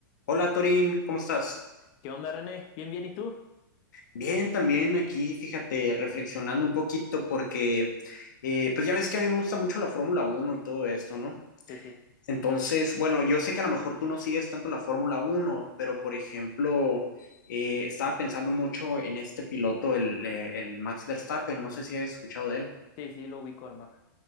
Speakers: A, on the left; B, on the left.
A: Hola Torín, ¿cómo estás?
B: ¿Qué onda, René? ¿Bien, bien? ¿Y tú?
A: Bien, también aquí, fíjate, reflexionando un poquito porque, eh, pues ya ves que a mí me gusta mucho la Fórmula Uno y todo esto, ¿no?
B: Sí, sí,
A: Entonces, bueno, yo sé que a lo mejor tú no sigues tanto la Fórmula Uno, pero por ejemplo, eh, estaba pensando mucho en este piloto, el, eh, el Max Verstappen, no sé si has escuchado de él.
B: sí, sí, lo ubico al mar.